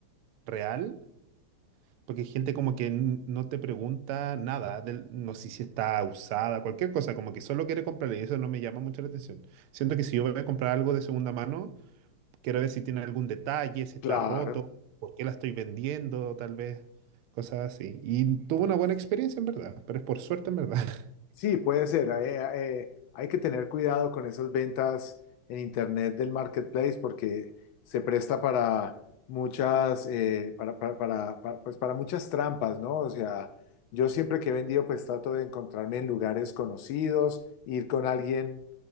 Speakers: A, on the right; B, on the left.
A: real, porque hay gente como que n- no te pregunta nada, del- no sé si está usada, cualquier cosa, como que solo quiere comprarla y eso no me llama mucho la atención. Siento que si yo voy a comprar algo de segunda mano Quiero ver si tiene algún detalle, si está
B: claro.
A: roto, por qué la estoy vendiendo, tal vez, cosas así. Y tuve una buena experiencia en verdad, pero es por suerte en verdad. <laughs>
B: Sí, puede ser. eh, eh, hay que tener cuidado con esas ventas en Internet del marketplace porque se presta para muchas, eh, para, para, para- para- pues para muchas trampas, ¿no? O sea, yo siempre que he vendido, pues trato de encontrarme en lugares conocidos, ir con alguien,